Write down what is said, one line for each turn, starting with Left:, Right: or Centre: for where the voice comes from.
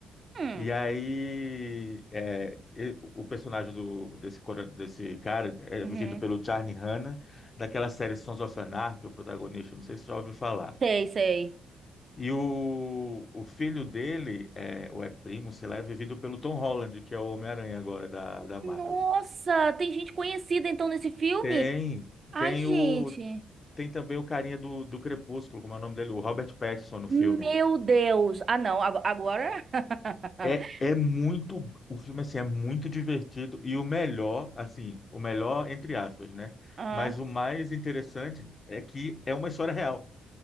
Right: Hum.
Left: E aí, é, e- o personagem do, desse, cora- desse cara é
Right: Uhum.
Left: vivido pelo Charlie Hanna, daquela série Sons of Anarchy, o protagonista, não sei se você já ouviu falar.
Right: Sei, sei.
Left: E o, o filho dele, é, ou é primo, sei lá, é vivido pelo Tom Holland, que é o Homem-Aranha agora da, da Marvel.
Right: Nossa, tem gente conhecida então nesse filme?
Left: Tem,
Right: Ai,
Left: tem
Right: gente.
Left: o, tem também o carinha do, do Crepúsculo, como é o nome dele? O Robert Pattinson no
Right: Meu
Left: filme.
Right: Deus. Ah, não, ago- agora. <laughs>
Left: É, é muito, o filme assim é muito divertido e o melhor, assim, o melhor entre aspas, né?
Right: Ah,
Left: Mas o mais interessante é que é uma história real.